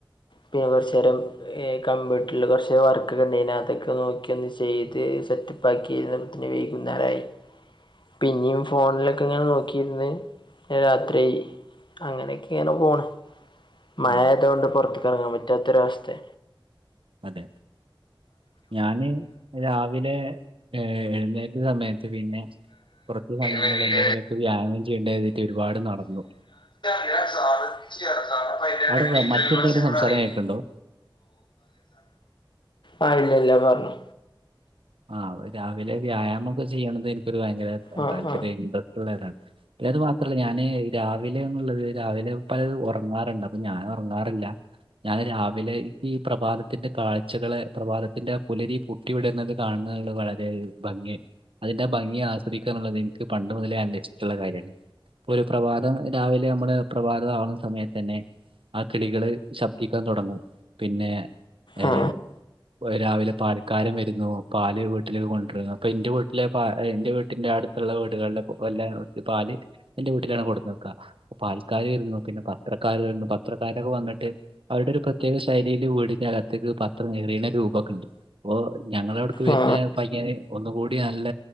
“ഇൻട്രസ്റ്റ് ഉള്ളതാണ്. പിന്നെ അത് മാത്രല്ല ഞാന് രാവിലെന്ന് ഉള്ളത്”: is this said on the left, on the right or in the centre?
Right